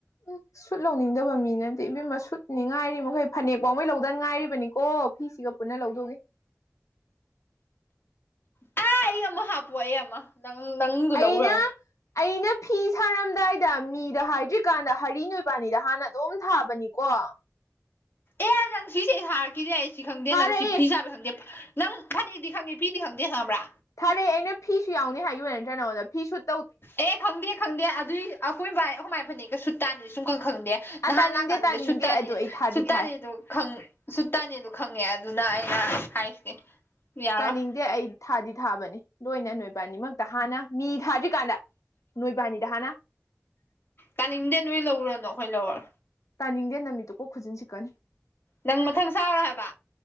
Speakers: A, on the left (about 85°); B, on the left (about 45°).
A: ꯎ <unintelligible> <inaudible> ꯁꯨꯠ ꯂꯧꯅꯤꯡꯗꯕ ꯃꯤꯅꯠꯇꯦ ꯏꯕꯦꯝꯃ ꯁꯨꯠꯅꯤꯡꯉꯥꯏꯔꯤ ꯃꯈꯣꯏ ꯐꯅꯦꯛ ꯐꯥꯎꯉꯩ ꯂꯧꯗꯅꯤ ꯉꯥꯏꯔꯤꯕꯅꯤꯀꯣ ꯐꯤꯁꯤꯒ ꯄꯨꯟꯅ ꯂꯧꯗꯧꯒꯦ
B: ꯑꯥ ꯑꯩ ꯑꯃ ꯍꯥꯞꯄꯨ ꯑꯩ ꯑꯃ ꯅꯪ ꯅꯪꯗꯨ ꯂꯧꯔꯅꯨ
A: ꯑꯩꯅ ꯑꯩꯅ ꯐꯤ ꯁꯥꯔꯝꯗꯥꯏꯗ ꯃꯤꯗ ꯍꯥꯏꯗ꯭ꯔꯤꯀꯥꯟꯗ ꯍꯔꯤ ꯅꯣꯏꯕꯥꯅꯤꯗ ꯍꯥꯟꯅ ꯑꯗꯨꯝ ꯊꯥꯕꯅꯤꯀꯣ
B: ꯑꯦ ꯅꯪ ꯁꯤꯁꯦ ꯑꯩ ꯁꯥꯔꯛꯈꯤꯗꯦ ꯑꯩ ꯁꯤ ꯈꯪꯗꯦ
A: ꯊꯥꯔꯛꯏ
B: ꯅꯪ ꯁꯤ ꯐꯤ ꯁꯥꯥꯕ ꯈꯪꯗꯦ ꯅꯪ ꯐꯅꯤꯗꯤ ꯈꯪꯉꯤ ꯄꯤꯗꯤ ꯈꯪꯗꯦ ꯈꯪꯉꯕ꯭ꯔꯥ
A: ꯊꯥꯔꯛꯦ ꯑꯩꯅ ꯐꯤꯁꯨ ꯌꯥꯎꯅꯤ ꯍꯥꯏꯒꯤ ꯑꯣꯏ ꯅꯠꯇ꯭ꯔꯥ ꯅꯉꯣꯟꯗ ꯐꯤꯁꯨ
B: ꯑꯦ ꯈꯪꯗꯦ ꯈꯪꯗꯦ ꯑꯗꯨꯏ ꯑꯀꯣꯏꯕ ꯑꯗꯨꯃꯥꯏꯅ ꯐꯅꯦꯛ ꯀꯩ ꯁꯨ ꯇꯥꯅꯤ ꯁꯨꯝ ꯀꯪ ꯈꯪꯗꯦ ꯅꯍꯥꯟ
A: ꯑ ꯇꯥꯅꯤꯡꯗꯦ
B: ꯂꯥꯛꯀꯥꯟꯗꯨꯗ
A: ꯇꯥꯅꯤꯡꯗꯦ
B: ꯁꯨꯇꯥꯅꯤ
A: ꯑꯗꯣ ꯑꯩ ꯊꯥꯗꯤ
B: ꯁꯨꯇꯥꯅꯤꯗꯣꯪ
A: ꯊꯥꯏ
B: ꯁꯨ ꯇꯅꯦꯗ ꯈꯪꯉꯦ ꯑꯗꯨꯅ ꯑꯩꯅ ꯍꯥꯏꯁꯦ ꯌꯥꯔꯣꯏ
A: ꯇꯥꯅꯤꯡꯗꯦ ꯑꯩ ꯊꯥꯗꯤ ꯊꯥꯕꯅꯤ ꯂꯣꯏꯅ ꯅꯣꯏꯕꯥꯅꯤꯃꯛꯇ ꯍꯥꯟꯅ ꯃꯤ ꯊꯥꯗ꯭ꯔꯤꯀꯥꯟꯗ ꯅꯣꯏꯕꯥꯅꯤꯗ ꯍꯥꯟꯅ
B: ꯇꯥꯅꯤꯡꯗꯦ ꯅꯣꯏ ꯂꯧꯔꯅꯣ ꯑꯩꯈꯣꯏ ꯂꯧꯔ
A: ꯇꯥꯅꯤꯡꯗꯦ ꯅꯨꯃꯤꯠꯇꯨ ꯀꯣ ꯈꯨꯖꯤꯟꯁꯤꯀꯟ
B: ꯅꯪ ꯃꯊꯪ ꯁꯥꯎꯔꯣ ꯍꯥꯏꯕ